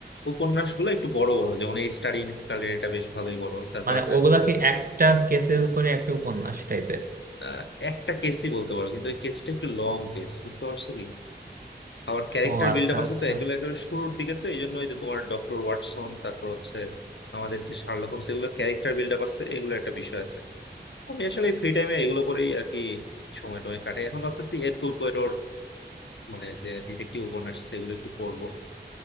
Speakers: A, on the left (about 85°); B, on the right (about 50°).
A: উপন্যাস গুলো একটু বড় বড় যেমন এই স্টাডি ইন স্কারলেট এটা বেশ ভালোই বড় তারপর
B: মানে
A: আছে
B: ওগুলাকে একটা কেসের উপরে একটা উপন্যাস টাইপের
A: আহ, একটা কেসই বলতে পারো কিন্তু ওই কেসটা একটু লং কেস বুঝতে পারছো কি আমার ক্যারেক্টার
B: ও আচ্ছা
A: বিল্ড আপ আছে
B: আচ্ছা
A: তো এগুলো একেবারে শুরুর দিকে তো এই জন্য ওই যে তোমার ডক্টর ওয়াটসন তারপর হচ্ছে আমাদের যে শার্লক হোমস এগুলো ক্যারেক্টার বিল্ড আপ আছে এগুলো একটা বিষয় আছে আমি আসলে ফ্রি টাইমে এগুলো করেই আর কি সময় টময় কাটে এখন ভাবতেছি এরকুল পোয়ারোর মানে যে ডিটেকটিভ উপন্যাস আছে এগুলো একটু পড়বো